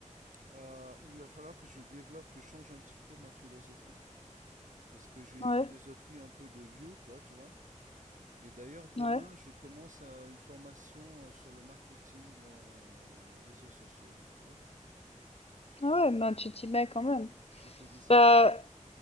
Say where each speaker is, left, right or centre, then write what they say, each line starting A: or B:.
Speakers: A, on the right; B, on the left.
A: Euh, il va falloir que je développe, que je change un petit peu ma philosophie, parce que j'ai une
B: ouais,
A: philosophie
B: ouais.
A: un peu de vieux, quoi, tu vois. Et d'ailleurs, demain,
B: Ouais,
A: je commence euh, une formation euh, sur le marketing euh, réseaux sociaux, donc tu vois, je,
B: Ah ouais, ben tu t'y mets quand même.
A: je fais des
B: Bah,
A: efforts.